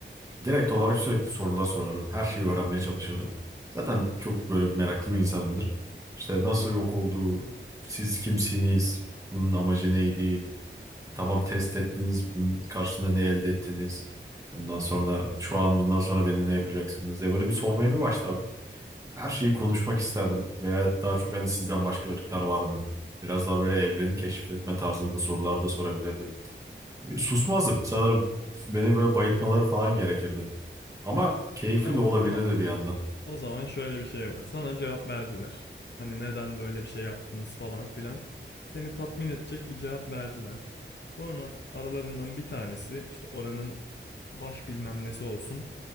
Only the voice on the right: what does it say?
Direkt olarak sürekli sorular sorardım. Her şeyi öğrenmeye çalışırdım. Zaten çok böyle meraklı bir insanımdır. İşte nasıl yok oldu, siz kimsiniz, bunun amacı neydi, tamam test ettiniz, bunun karşısında ne elde ettiniz, ondan sonra şu an bundan sonra beni ne yapacaksınız diye böyle bir sormaya bir başlardım. Her şeyi konuşmak isterdim veya daha çok hani sizden başka ırklar var mı? Biraz daha böyle evreni keşfetme tarzında sorular da sorabilirdim. Susmazdım sanırım. Beni böyle bayıltmaları falan gerekirdi. Ama keyifli
de olabilirdi
bir yandan.